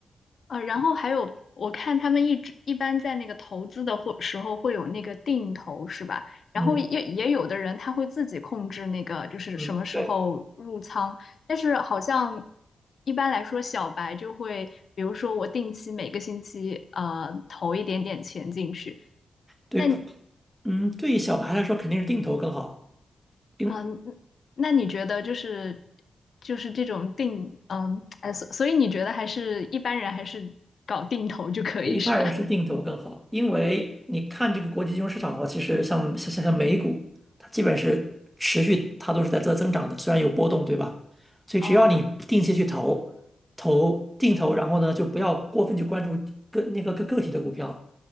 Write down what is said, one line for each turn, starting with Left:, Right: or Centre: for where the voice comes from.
Left: 呃，然后还有，我看他们一直一般在那个投资的或时候会有那个定投，是吧？然后也也有的人他会自己控制那个，
Centre: 嗯
Left: 就是什么时候入仓。
Centre: 嗯，对
Left: 但是好像一般来说，小白就会，比如说我定期每个星期呃投一点点钱进去。
Centre: 对不，
Left: 那
Centre: 嗯，对于小白来说肯定是定投更好。定
Left: 嗯、呃那你觉得就是就是这种定嗯哎，所所以你觉得还是一般人还是搞定投就可以是吧？
Centre: 一般人是定投更好，因为你看这个国际金融市场的话，其实像像像像美股，它基本是持续，它都是在在增长的，虽然有波动，对吧？
Left: <laughs>
Centre: 所以只要你定期去投，
Left: 哦
Centre: 投定投，然后呢，就不要过分去关注个那个个个体的股票，